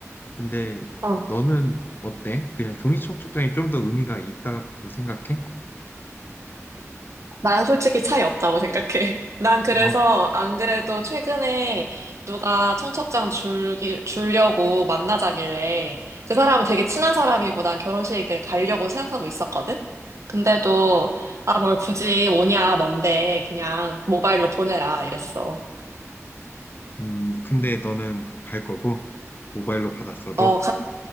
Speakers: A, on the left; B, on the right.
A: 근데
B: 어.
A: 너는 어때? 그냥 종이 청첩장이 좀 더 의미가 있다고 생각해?
B: 난 솔직히 차이 없다고 생각해. <laughs> 난 그래서
A: 어.
B: 안 그래도 최근에 누가 청첩장 줄기, 주려고 만나자길래 그 사람은 되게 친한 사람이고 난 결혼식에 가려고 생각하고 있었거든? 근데도 아, 뭘 굳이 오냐, 뭔데 그냥 모바일로 보내라 이랬어.
A: 음, 근데 너는 갈 거고 모바일로 받았어도
B: 어,